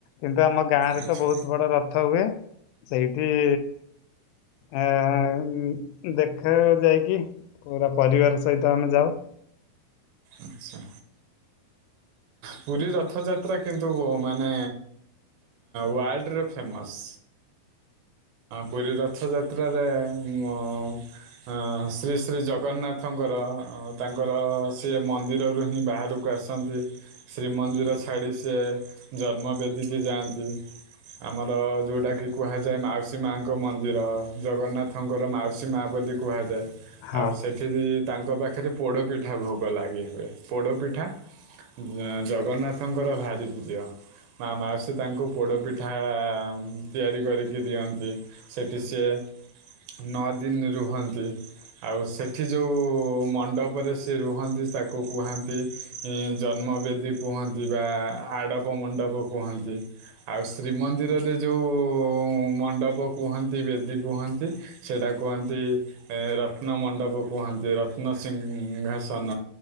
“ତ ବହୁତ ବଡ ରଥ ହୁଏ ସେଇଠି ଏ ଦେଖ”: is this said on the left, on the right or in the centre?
Left